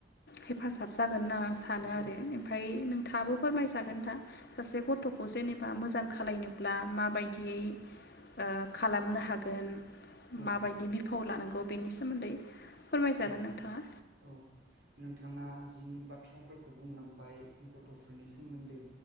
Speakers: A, on the left (about 50°); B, on the right (about 60°).
A: हेफाजाब जागोन ना सानो
B: औ
A: आरो ओमफ्राय नोंथाङाबो फोरमायजागोन नोंथां। सासे गथ'खौ जेनेबा मोजां खालायनोब्ला माबायदियै ओ खालामनो हागोन
B: औ
A: माबायदि बिफाव लानांगौ बेनि सोमोन्दै फोरमायजागोन
B: औ
A: नोंथाङा
B: औ नोंथाङा जि बाथ्राफोरखौ बुंलांबाय गथ'फोरनि सोमोन्दै